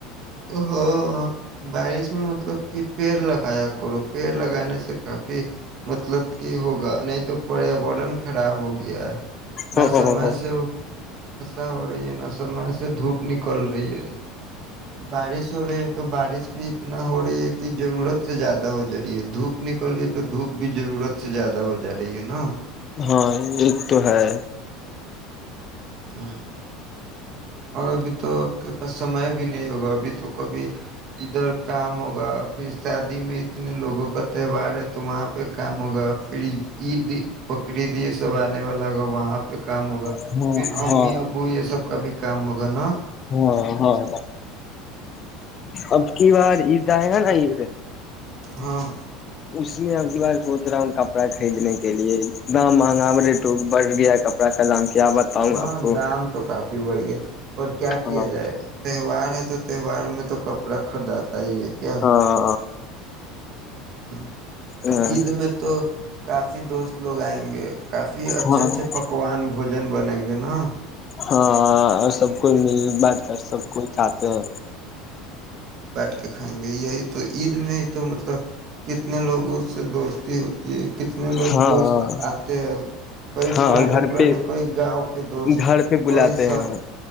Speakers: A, on the right; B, on the left.
A: ہاں بارش میں مطلب کہ پیڑ لگایا کرو پیڑ لگانے سے کافی مطلب کہ ہوگا نہیں تو پریاورن خراب ہو گیا ہے نہ
B: ہاں
A: سمے سے ا ہو رہی ہے نہ سمے سے دھوپ نکل رہی ہے بارش ہو رہی ہے تو بارش بھی اتنا ہو رہی ہے کہ رورت سے زیادہ ہو جای ہے دوپ نکل رہی تو دھوپ بھی ضرورت سے زیادہ ہو جا رہی ہے نا
B: ہاں ایک تو ہے
A: ہاں اور ابھی تو آپ کے پاس سمئے بھی نہیں ہوگا ابھی تو کبھی ادھر کام ہوگا پھر شادی میں اتنے لوگوں کا تہوار ہے تو وہاں پہ کام ہوگا پھر عید کد سب بنے والا ہوا پ کام ہوگا
B: ہاں
A: پھر امی
B: ہاں
A: ابو یہ سب کا بھی کامگ ن
B: ہاں ہاں اب کی بار عید آئے گا نا عید
A: ہاں
B: اس میں اب کی بار سوچ رہا ہوں کپڑا خریدنے کے لیے اتنا مہنگا ریٹ بڑھ گیا کپڑا کا دام کیا بتاؤں
A: ہاں
B: آپ کو
A: دام تو کافی بڑی ہے اور کیا کیا
B: ہاں
A: جائے تہوار ہے تو تہوار میں تو تو کپڑا خریداتا آئی ہے کیا
B: ہاں
A: ہ
B: ہاں
A: عید میں تو کافی دوست لوگ آئیں گے کافی اچھے
B: ہاں
A: اچھے پکوان بوجن بنیں گے نا
B: ہاں سب کوئی مل بانٹ کر سب کوئی چاہتے ہیں
A: دھائیں گئی ہے تو عید میں ہی تو مطلب کتنے لوگوں سے دوست تی ہو یہ کتنے لوگ
B: ہاں
A: دوست
B: ہاں
A: آتے ہیں کئی
B: ہاں
A: پرانے
B: گھر
A: پرانے
B: پہ
A: کئی گاؤں کے دوست
B: گھر پہ بلاتے
A: کوئی س
B: ہیں